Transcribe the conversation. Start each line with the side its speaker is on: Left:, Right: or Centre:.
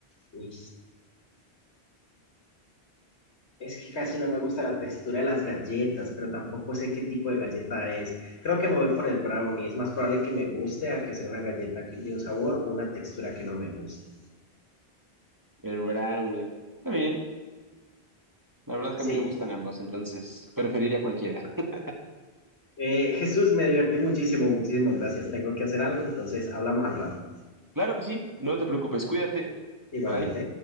Left: uy. Es que casi no me gusta la textura de las galletas, pero tampoco sé qué tipo de galleta es. Creo que me voy por el brownie. Es más probable que me guste a que sea una galleta que- de un sabor o una textura que no me guste.
Right: El brownie. Está bien. La verdad es que a
Left: Sí.
Right: mí me gustan ambos, entonces preferiría cualquiera. <laughs>
Left: Eh, Jesús, me divertí muchísimo, muchísimas gracias. Tengo que hacer algo, entonces hablamos al rato.
Right: Claro que sí. No te preocupes. Cuídate.
Left: Igualmente.
Right: Bye.